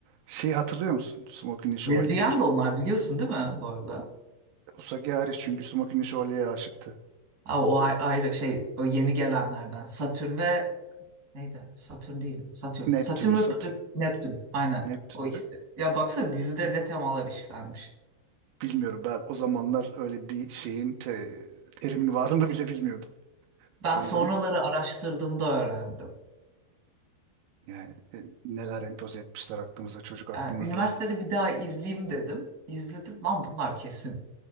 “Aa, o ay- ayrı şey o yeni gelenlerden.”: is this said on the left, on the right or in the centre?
Right